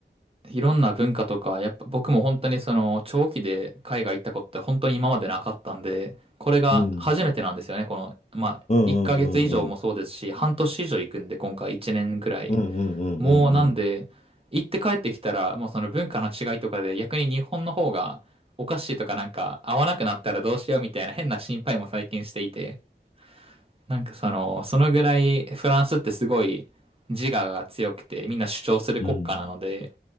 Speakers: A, on the right; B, on the left.
A: いろんな文化とか、やっぱ僕も本当にその、長期で海外行ったことって本当に今までなかったんで、これが初めてなんですよね。
B: うん、
A: この、まあ、
B: うん、
A: 1ヶ月以上もそうですし、
B: うん、うん、
A: 半年以上行くんで、今回1年ぐらい。
B: うん、うん、うん、
A: もうなんで、
B: うん、
A: 行って帰ってきたら、もうその文化の違いとかで逆に日本の方がおかしいとかなんか合わなくなったらどうしようみたいな変な心配も最近していて、なんかその、そのぐらいフランスってすごい自我が強くてみんな主張する国家なので、
B: うん、うん、